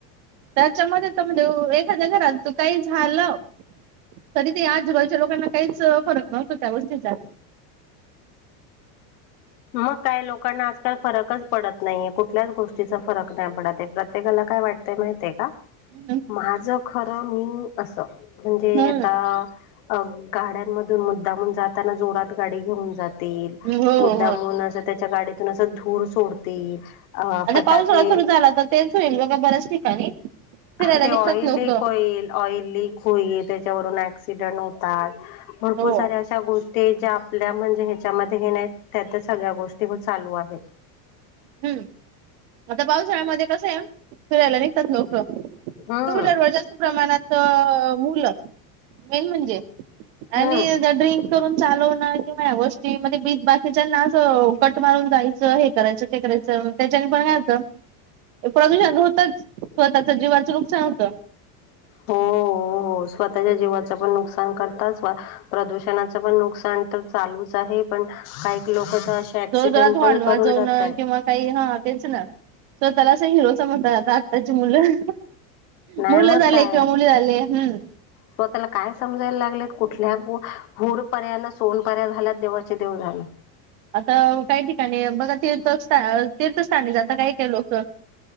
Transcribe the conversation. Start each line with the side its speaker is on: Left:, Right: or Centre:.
Right: त्याच्यामध्ये त म्हणजे एखाद्या घरात तू काही झालं- तरी ते आजूबाजूच्या लोकांना काहीच फरक नव्हतो त्या गोष्टींचा.
Left: मग काय, लोकांना आजकाल फरकच पडत नाहीये, कुठल्याच गोष्टीचा फरक नाही पडत आहे, प्रत्येकाला काय वाटत- तेय माहितेय का?
Right: हम् <unintelligible>
Left: माझं खरं मी असं म्हणजे
Right: हम्म
Left: आता- अ.. गाड्यांमधून मुद्दामन जाताना जोरात गाडी घेऊन जातील, -
Right: हं,
Left: दमून असं त्याच्या गाडीतून असं धूर सोडतील. अ
Right: आता
Left: फटाके
Right: पाऊस थोडा सुरू झाला, तर तेच होईल बघा बऱ्याच ठिकाणी. फिरायला
Left: हा, ते
Right: निघतात
Left: ऑइल
Right: लोक
Left: लीक होईल, ऑइल लीक होईल, त्याच्यावरून ऍक्सिडेंट होतात. भरपूर
Right: हो
Left: साऱ्या अशा गोष्टी ज्या- आपल्या म्हणजे ह्याच्यामध्ये हे नाही, त्यात सगळ्या गोष्टी हो चालू आहेत.
Right: हम्म, आता पावसाळ्यामध्ये कसं आहे, फिरायला निघतात लोक. <unintelligible>
Left: हम्म
Right: तर जास्त प्रमाणात मुलं- मेन म्हणजे आणि
Left: हम्म
Right: त्या ड्रिंक- करून चालवण किंवा या गोष्टी मग बी बाकीच्याना अस कट मारून जायचं, हे करायचं. तेकच त्याच्यानी पण काय होतं <unintelligible> प्रदूषण होतच, स्वतःच जीवाच नुकसान होत.
Left: हो, हो, हो, स्वतःच्या जीवाच पण नुकसान करतात- प्रदूषणाच पण नुकसान तर चालूच आहे, पण काही काही लोक अशी- अँक्सिडेंट
Right: जोरजोरात हॉर्न
Left: पण
Right: वाजवणं
Left: करून जात आहेत.
Right: किंवा काही हा तेच ना, स्वतःला अस हिरो समजत आता आत्ताची मुलं.
Left: नाही
Right: मुलं
Left: मग
Right: झाले
Left: काय
Right: किंवा मुली झाले, हम्.
Left: स्वतःला काय समजायला लागल्यात, कुठल्या हु हूर पऱ्या न सोनपऱ्या झाल्यात, देवाचे देव जाणे.
Right: आता काही ठिकाणी, बघा तीर्थस्थान-तीर्थस्थानी जाता काही लोक